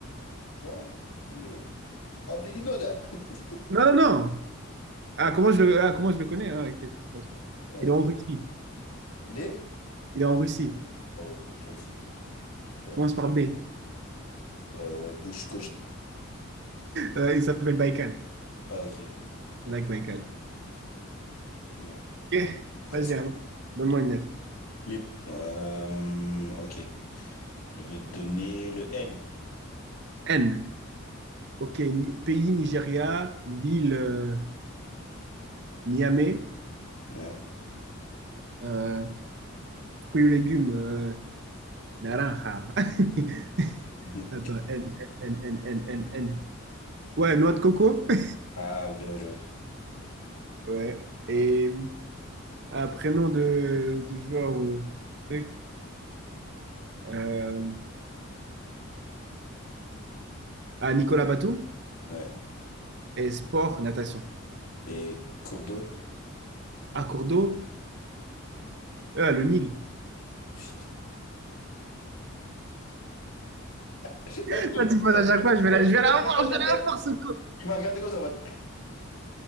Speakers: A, on the left; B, on the right.
A: Quoi? Nigga, How do you know that? <laughs>
B: Non, non, non. Ah, comment je le, ah, comment je le connais? Ah, ok. Ouais.
A: Ouais.
B: Il est en Russie.
A: Il est?
B: Il est en Russie.
A: Oh, toi aussi, tu vois.
B: Commence par B.
A: Euh, bouche cochée
B: Euh, il s'appelle Baïkal.
A: Ah, ok.
B: Le lac Baïkal.
A: Bon,
B: Ok.
A: presque.
B: Vas-y, hein. Donne-moi une lettre.
A: Les... Euh, ok. Je vais te donner le N.
B: N. Ok. Ni- Pays, Nigeria. Ville, euh, Niamey.
A: Ouais. <laughs>
B: Euh, fruits et légumes, euh, naranja. <laughs>
A: Mhm.
B: Attends, N, N, N, N, N, N. Ouais, noix de coco. <laughs>
A: Ah, bien joué.
B: Ouais. Et un prénom de, de joueur ou truc. Euh, ah, Nicolas Batum.
A: Ouais.
B: Et sport, natation.
A: Et cours d'eau?
B: À cours d'eau. Ah, le Nil.
A: Putain. <laughs>
B: <laughs>
A: Ah, je te-
B: Toi, tu penses à chaque fois, je vais
A: oh,
B: la, je vais la
A: je vois
B: voir,
A: pas ta
B: je vais la
A: tête.
B: voir, ce coup.
A: Tu m'as regardé comme ça en mode.